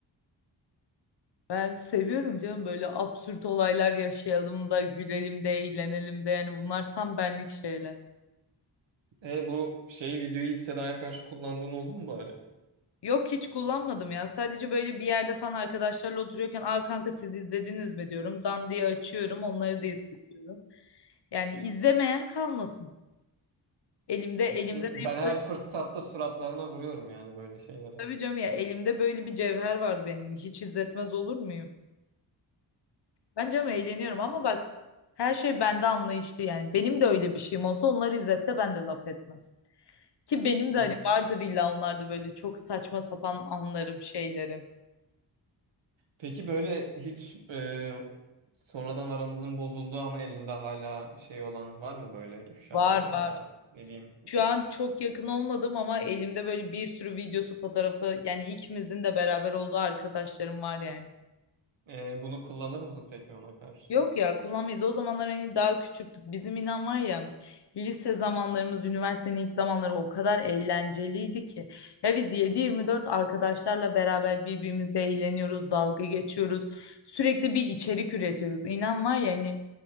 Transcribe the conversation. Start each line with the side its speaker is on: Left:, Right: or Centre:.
Left: Ben seviyorum canım böyle absürt olaylar yaşayalım da gülelim de eğlenelim de yani bunlar tam benlik şeyler.
Right: E bu şeyi videoyu hiç Seda'ya karşı kullandığın oldu mu bari?
Left: Yok hiç kullanmadım ya. Sadece böyle bir yerde falan arkadaşlarla oturuyorken "Aa kanka siz izlediniz mi?" diyorum. Dan diye açıyorum, onları da izliyorum. Yani izlemeyen kalmasın. Elimde elimde
Right: Ben
Left: benim
Right: her
Left: böyle,
Right: fırsatta suratlarına vuruyorum yani böyle şeylere.
Left: tabii canım ya elimde böyle bir cevher var benim. Hiç izletmez olur muyum? Ben canım eğleniyorum ama bak her şey bende anlayışlı yani. Benim de öyle bir şeyim olsa onları izletse ben de laf etmem. Ki benim
Right: Hmm.
Left: de hani vardır illa onlarda böyle çok saçma sapan anlarım, şeylerim.
Right: Peki böyle hiç e, sonradan aranızın bozulduğu ama elinde hala şey olan var mı böyle ifşaları
Left: Var var.
Right: ya da ne diyeyim?
Left: Şu an çok yakın olmadım ama elimde böyle bir sürü videosu, fotoğrafı yani ikimizin de beraber olduğu arkadaşlarım var yani.
Right: E, bunu kullanır mısın peki ona karşı?
Left: Yok ya kullanmayız. O zamanlar hani daha küçüktük. Bizim inan var ya lise zamanlarımız, üniversitenin ilk zamanları o kadar eğlenceliydi ki. Ya biz 7-24 arkadaşlarla beraber birbirimizle eğleniyoruz, dalga geçiyoruz. Sürekli bir içerik üretiyoruz. İnan var ya hani